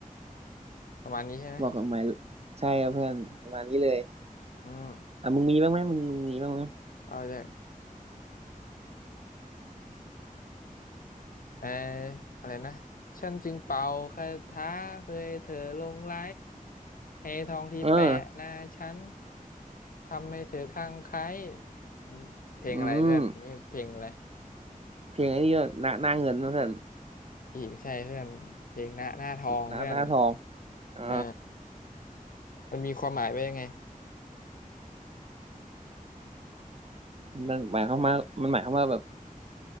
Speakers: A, on the left; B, on the right.
A: ประมาณนี้ใช่ไหม
B: บอกกับหมายใช่ครับเพื่อนประมาณนี้เลย
A: อืม
B: อ่ะมึงมีบ้างไหมมึงมึงมีบ้างไหม
A: เอาจาก เอออะไรนะฉันจึงเป่าคาถาเพื่อให้เธอหลงไหลให้ทองที่แปะหน้าฉัน
B: เออ
A: ทำให้เธอคลั่งไคล้อืมเพลงอะไรเพื่อนนี่เพลงอะไร
B: อืม เพลงไอ้นี่ก็หน้าหน้าเงินนะเพื่อน
A: อีไม่ใช่เพื่อนเพลงหน้าหน้าทองเพื่อน
B: หน้าหน้าทองอ่า
A: เออมันมีความหมายไว้ยังไง
B: มันหมายความว่ามันหมายความว่าแบบ